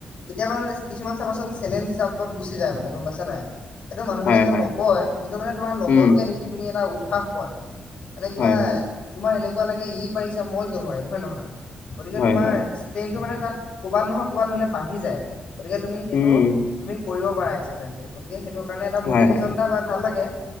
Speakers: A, on the left (about 50°); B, on the left (about 70°).
A: কেতিয়াবা মানে কিছুমান চাবাচোন চেলেঞ্জ হিচাপত গুচি যায় মানে গম পাইছা নাই? এইটো মানুহবিলাকে
B: হয় হয়
A: নকয়, কিন্তু মানে তোমাৰ লগৰটোকে
B: উম
A: দেখি তুমি এটা উৎসাহ পোৱা। মানে কিবা,
B: হয় হয়
A: তোমাৰ এনেকুৱা লাগে ই পাৰিছে, মই কিয় নোৱাৰিম! হয়নে নহয়? গতিকে
B: হয়
A: তোমাৰ
B: হয়
A: ষ্টেনটো মানে তাত ক'বাত নহয় ক'বাত মানে বাঢ়ি যায়। গতিকে তুমি সেইটো,
B: উম
A: তুমি কৰিব পাৰা এক্সাৰচাইজটো। গতিকে সেইটো কাৰণে এটা মটিভেশচন
B: হয় হয়
A: এটা বা ভাল লাগে,